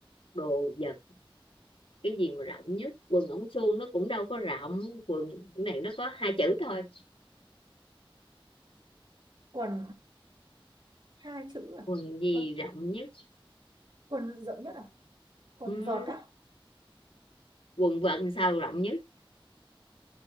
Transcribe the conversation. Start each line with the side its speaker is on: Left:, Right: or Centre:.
Left: đồ vật cái gì mà rộng nhất quần ống suông nó cũng đâu có rộng quần cái này nó có hai chữ thôi
Right: Quần hai chữ à?
Left: quần gì
Right: Quần,
Left: rộng nhất
Right: quần rộng nhất à? Quần
Left: ừ.
Right: vợt á?
Left: quần vợt sao rộng nhất